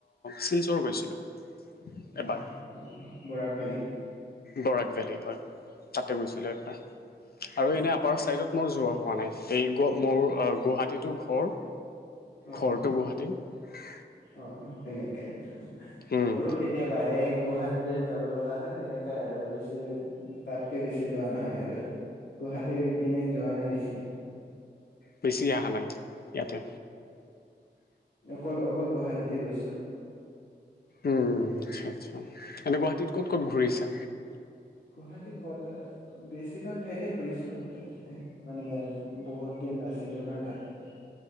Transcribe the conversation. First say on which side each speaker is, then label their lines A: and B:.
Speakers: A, on the left (about 55°); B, on the left (about 75°).
A: শিলচৰ গৈছিলোঁ
B: হয়
A: এবাৰ
B: অ বৰাক ভেলি <unintelligible>
A: বৰাক ভেলী হয় তাতে গৈছিলো এবাৰ আৰু
B: উম,
A: এনে আপাৰ চাইডত মোৰ যোৱা হল <unintelligible> হোৱা নাই এই মোৰ গুৱাহাটীটো ঘৰ
B: অ
A: ঘৰটো গুৱাহাটীত
B: অ তেনেকাই
A: উম
B: মোৰো কেতিয়াবাে গুৱাহাটীতে যাব লগা হয় তেনেকাই আৰু বেছি তাতকে বেছি যোৱা নহয় আৰু গুৱাহাটীপিনে যোৱা নাই বেছি।
A: বেছি এা হ নাই। ইয়াতে
B: অ কল অকল গুৱাহাটীতে গৈছোঁ।
A: উম আচ্ছা আচ্ছা এনে গুৱাহাটীত ক'ত ক'ত ঘূৰিছা।
B: গুৱাহাটী কত বেছিভাগ ঠাইতে ফুৰিছো তেতে মানে বহুত দিন নাছিলো না তাত